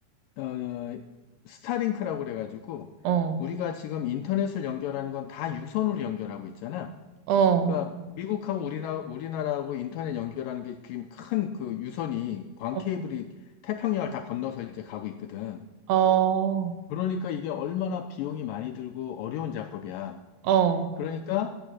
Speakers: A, on the left (about 80°); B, on the right (about 85°).
A: 어, 어, 스타링크라고 그래가지고
B: 어,
A: 우리가 지금 인터넷을 연결하는 건 다 유선으로 연결하고 있잖아.
B: 어,
A: 그러니까 미국하고 우리나 우리나라하고 인터넷 연결하는 게 지금 큰 그 유선이 광
B: 어,
A: 케이블이 태평양을 다 건너서 이제 가고 있거든.
B: 어,
A: 그러니까 이게 얼마나 비용이 많이 들고 어려운 작업이야.
B: 어,
A: 그러니까